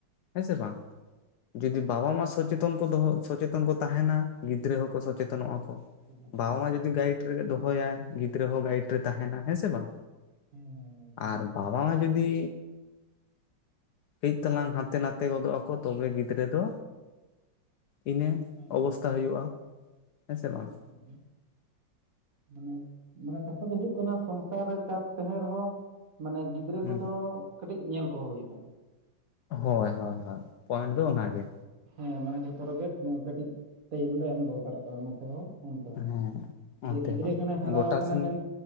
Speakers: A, on the left; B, on the right.
A: ᱦᱮᱸ ᱥᱮ ᱵᱟᱝ? ᱡᱩᱫᱤ ᱵᱟᱵᱟ ᱢᱟ ᱥᱚᱪᱮᱛᱚᱱ ᱠᱚ ᱫᱚᱦᱚ ᱥᱚᱪᱮᱛᱚᱱ ᱠᱚ ᱛᱟᱦᱮᱸᱱᱟ ᱜᱤᱫᱽᱨᱟᱹ ᱦᱚᱸᱠᱚ ᱥᱚᱪᱮᱛᱚᱱᱚᱜᱼᱟ ᱠᱚ᱾
B: ᱦᱩᱸ ᱦᱩᱸ
A: ᱵᱟᱵᱟ ᱢᱟ ᱡᱩᱫᱤ ᱜᱟᱭᱤᱴ ᱨᱮᱜᱮ ᱫᱚᱦᱚᱭᱟᱭ, ᱜᱤᱫᱽᱨᱟᱹ ᱦᱚᱸ ᱜᱟᱭᱤᱰ ᱨᱮ ᱛᱟᱦᱮᱱᱟ ᱦᱮᱸ ᱥᱮ ᱵᱟᱝ?
B: ᱦᱮᱸ
A: ᱟᱨ ᱵᱟᱵᱟ ᱢᱟ ᱡᱩᱫᱤ ᱠᱟᱹᱡ ᱛᱟᱞᱟᱝ ᱦᱟᱛᱮ ᱱᱟᱛᱮ ᱜᱚᱫᱚᱜ ᱟᱠᱚ ᱛᱚᱵᱮ ᱜᱤᱫᱽᱨᱟᱹ ᱫᱚ ᱤᱱᱟᱹ
B: ᱦᱮᱸ ᱮᱠᱫᱚᱢ
A: ᱚᱵᱚᱥᱛᱟ ᱦᱩᱭᱩᱜᱼᱟ᱾ ᱦᱮᱸ ᱥᱮ ᱵᱟᱝ?
B: ᱦᱮᱸ ᱢᱟᱱᱮ ᱢᱟᱱᱮ ᱠᱟᱛᱷᱟ ᱫᱚ ᱦᱩᱭᱩᱜ ᱠᱟᱱᱟ ᱥᱚᱝᱥᱟᱨ ᱨᱮ ᱪᱟᱯ ᱛᱟᱦᱮᱸᱱ ᱨᱮᱦᱚᱸ ᱢᱟᱱᱮ ᱜᱤ ᱫᱨᱟᱹ
A: ᱦᱩᱸ
B: ᱠᱚᱫᱚ ᱠᱟᱹᱴᱤᱡ ᱧᱮᱞ ᱠᱚᱦᱚᱸ ᱦᱩᱭᱩᱜᱼᱟ᱾
A: ᱦᱳᱭ ᱦᱳᱭ ᱦᱳᱭ, ᱯᱚᱭᱮᱱᱴ ᱫᱚ
B: ᱢᱟᱱᱮ
A: ᱚᱱᱟᱜᱮ᱾
B: ᱦᱮᱸ ᱢᱟᱱᱮ ᱡᱷᱚᱛᱚ ᱨᱮᱜᱮ ᱢᱟᱸ ᱠᱟᱹᱴᱤᱡ ᱴᱟᱭᱤᱢ ᱫᱚ ᱮᱢ ᱫᱚᱨᱠᱟᱨᱚᱜ ᱠᱟᱱᱟ ᱱᱚᱛᱮ ᱦᱚ᱾ ᱚᱱᱛᱮ ᱦᱚᱸ
A: ᱦᱮᱸ ᱚᱱᱛᱮ
B: ᱡᱮ ᱜᱤᱫᱽᱨᱟᱹ
A: ᱦᱚᱸ
B: ᱠᱟᱱᱟᱭ ᱦᱟᱨᱟᱣ
A: ᱜᱚᱴᱟ
B: ᱠᱟᱱᱟᱭ
A: ᱥᱮᱱ
B: ᱢᱮᱱ